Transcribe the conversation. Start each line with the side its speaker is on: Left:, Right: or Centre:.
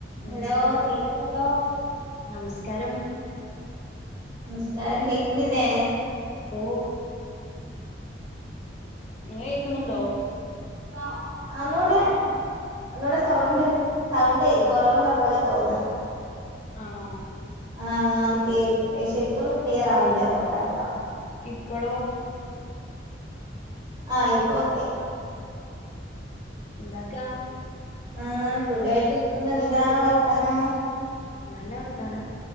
Left: നമസ്കാരം
Right: Hello കേക്കുന്നുണ്ടോ
Left: നമസ്കാരം
Right: നമസ്കാരം കേക്കുന്നില്ലേ
Left: ഓ അങ്ങനെ കേക്കുന്നുണ്ടോ
Right: ആ അന്നൂടെ
Left: ഏ
Right: നമ്മുടെ സൗണ്ട് സൗണ്ടേ കുറവുള്ള പോലെ തോന്നാ
Left: ആണോ
Right: ആഹ കേ ശരിക്കൊന്നും ക്ലിയർ ആവണില്ലേ അതുകൊണ്ടാണ് കേട്ടോ
Left: ഇപ്പോളോ
Right: ആഹ ഇപ്പ ക്കെ
Left: എന്താക്കെയ
Right: ആ ഫുഡ ആായിട്ട്ിത്തുന്ന എന്താ വർത്താനം
Left: നല്ല വർത്താനം